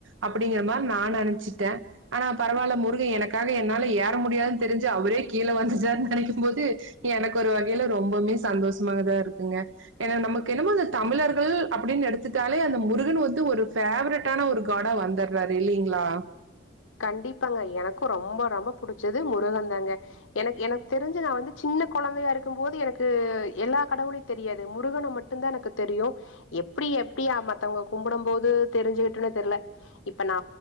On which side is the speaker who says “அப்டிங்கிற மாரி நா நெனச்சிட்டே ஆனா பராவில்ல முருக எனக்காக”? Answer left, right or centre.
Right